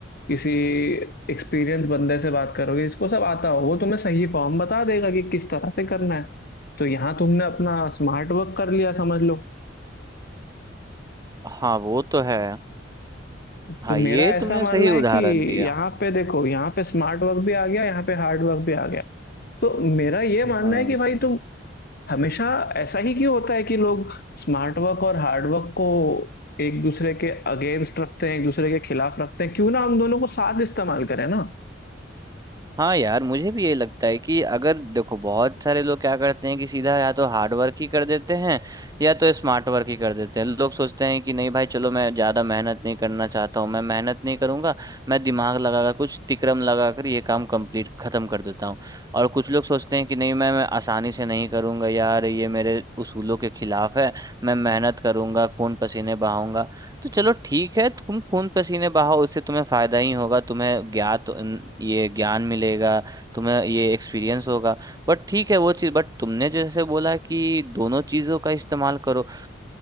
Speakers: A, on the left (about 55°); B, on the right (about 20°).
A: किसी एक्सपीरियंस बंदे से बात करोगे इसको सब आता हो वो तुम्हें सही फॉर्म बता देगा कि किस तरह से करना है तो यहाँ तुमने अपना स्मार्ट वर्क कर लिया समझ लो
B: हाँ वो तो है हाँ
A: तो मेरा
B: ये
A: ऐसा
B: तुमने
A: मानना
B: सही
A: है
B: उदाहरण
A: कि
B: दिया
A: यहाँ पे देखो यहाँ पे स्मार्ट वर्क भी आ गया यहाँ पे हार्ड वर्क भी आ गया तो मेरा ये
B: हाँ
A: मानना है कि भाई
B: हाँ
A: तुम हमेशा ऐसा ही क्यों होता है कि लोग स्मार्ट वर्क और हार्ड वर्क को एक दूसरे के अगेंस्ट रखते हैं एक दूसरे के खिलाफ रखते हैं क्यों ना हम दोनों को साथ इस्तेमाल करें ना
B: हाँ यार मुझे भी ये लगता है कि अगर देखो बहुत सारे लोग क्या करते हैं कि सीधा या तो हार्ड वर्क ही कर देते हैं या तो स्मार्ट वर्क ही कर देते हैं लोग सोचते हैं कि नहीं भाई चलो मैं ज्यादा मेहनत नहीं करना चाहता हूँ मैं मेहनत नहीं करूंगा मैं दिमाग लगाकर कुछ तिकड़म लगाकर ये काम कंप्लीट खत्म कर देता हूँ और कुछ लोग सोचते हैं कि नहीं मैं मैं आसानी से नहीं करूंगा यार ये मेरे उसूलों के खिलाफ है मैं मेहनत करूंगा खून पसीने बहाऊंगा तो चलो ठीक है तुम खून पसीने बहाओ उससे तुम्हें फायदा ही होगा तुम्हें ज्ञात अन- ये ज्ञान मिलेगा तुम्हें ये एक्सपीरियंस होगा बट ठीक है वो चीज़ बट तुमने जैसे बोला कि दोनों चीज़ों का इस्तेमाल करो